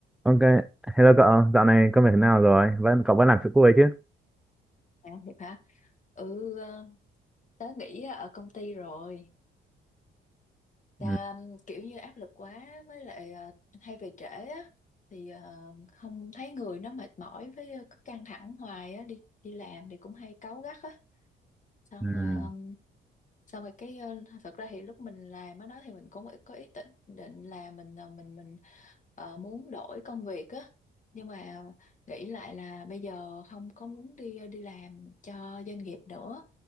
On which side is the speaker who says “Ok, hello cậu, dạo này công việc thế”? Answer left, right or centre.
Centre